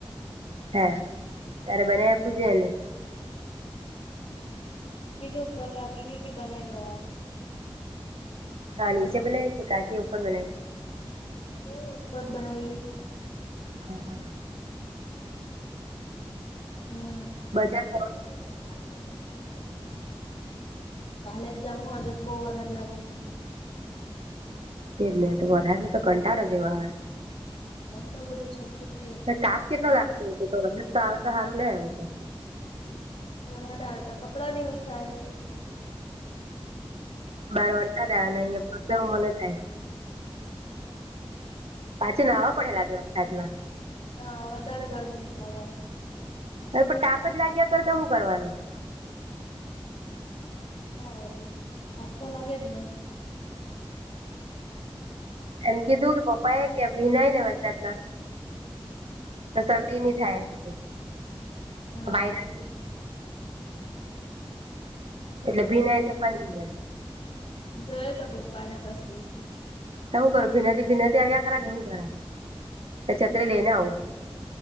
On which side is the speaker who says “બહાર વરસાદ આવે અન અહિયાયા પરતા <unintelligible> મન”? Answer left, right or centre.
Right